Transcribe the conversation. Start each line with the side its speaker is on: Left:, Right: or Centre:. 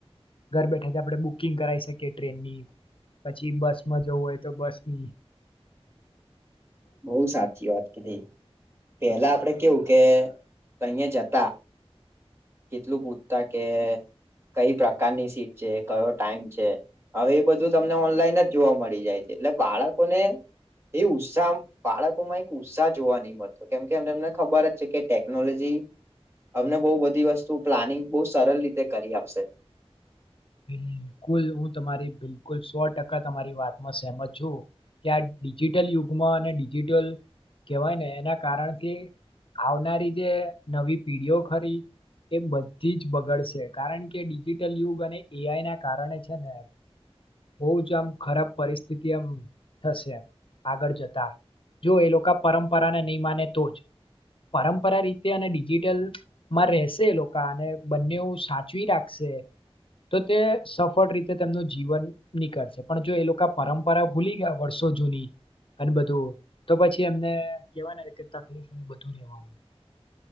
Left: ઘર બેઠા જ આપણે બુકિંગ કરાઈ શકીએ ટ્રેનની. પછી બસમાં જવું હોય તો બસ ની.
Right: બઉ સાચી વાત કીધી પેલા આપડે કેવું કે અહીયા જતા. કેટલું પૂછતા કે કઈ પ્રકારની સીટ છે કયો ટાઈમ છે. હવે એ બધું તમને ઓનલાઈન જ જોવા મળી જાય છે એટલે બાળકોને એ ઉત્સાહ બાળકો માં એક ઉત્સાહ જોવા નહી મળતો કેમ કે એમને એમને ખબર જ છે કે ટેકનોલોજી અમને બહ બધી વસ્તુ પ્લાનિંગ બહ સરળ રીતે કરી આપશે.
Left: બિલકુલ હું તમારી બિલકુલ સો ટકા તમારી વાતમાં સહેમત છું. કે આ ડિજિટલ યુગમાં અને ડિજિટલ કહેવાય ને એના કારણથી આવનારી જે નવી પીઢીઓ ખરી એ બધી જ બગડશે કારણ કે ડિજિટલ યુગ અને ઈઆઈ ના કારણે છે ને બહ જ આમ ખરાબ પરિસ્થિતિ એમ થશે આગળ જતા. જો એ લોકો પરંપરાને નહીં માને તો જ. પરંપરા રીતે અને ડિજિટલ માં રહેશે એ લોકો અને બંને સાચવી રાખશે. તે તો તે સફળ રીતે તેમનું જીવન નીકળશે પણ જો એ લોકો પરંપરા ભૂલી ગયા વર્ષો જુની. અને બધું તો પછી એમને કેવા તકલીફને બધું લેવાનુંય. <inaudible>